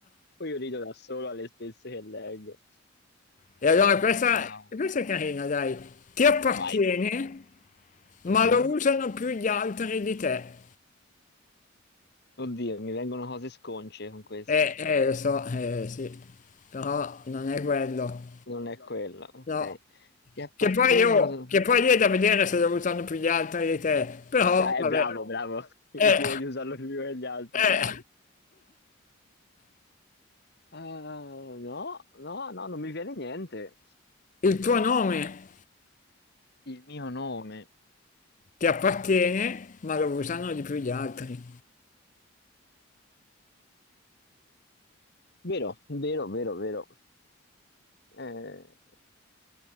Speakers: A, on the left (about 55°); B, on the left (about 40°).
A: Poi io rido da solo alle stesse che leggo.
B: E allora questa,
A: Ah,
B: questa è carina, dai. Ti appartiene,
A: vai.
B: ma
A: Mhm.
B: lo usano più gli altri di te.
A: Oddio, mi vengono cose sconce con questa.
B: Eh, eh, lo so, eh, sì. Però non è quello.
A: Non è quella, ok.
B: No,
A: Ti appartengono...
B: che poi io, che poi lì è da vedere se lo usano più gli altri di te, però
A: Cioè,
B: vabbè,
A: Eh, bravo, Però, bravo. <laughs> Io
B: eh,
A: direi di usarlo più degli altri,
B: eh,
A: bravo. Ah, no, no, no, non mi viene niente.
B: il tuo nome
A: Il mio nome.
B: ti appartiene, ma lo usano di più gli altri.
A: Vero, vero, vero, vero. Eh,